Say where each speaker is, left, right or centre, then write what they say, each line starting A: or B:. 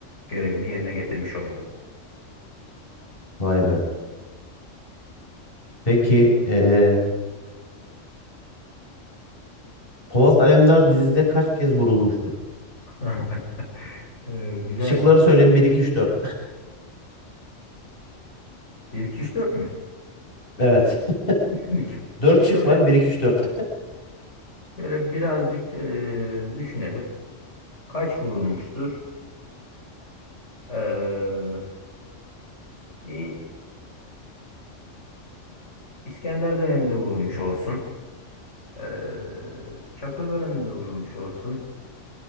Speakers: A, on the left; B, on the left.
A: görevini yerine getirmiş oldu.
B: Vay be. Peki eee, Polat Alemdar dizide kaç kez vurulmuştur?
A: <laughs> Eee, güzel.
B: Şıkları söyleyeyim bir iki üç 4.
A: 1 2 3 4 mü?
B: Evet. <laughs>
A: Şimdiki.
B: Dört
A: Şöyle
B: şık var. bir iki üç dört.
A: şöyle birazcık eee, düşünelim. Kaç vurulmuştur? Eee, İ- İskender döneminde vurulmuş olsun. Eee, Çakır döneminde vurulmuş olsun.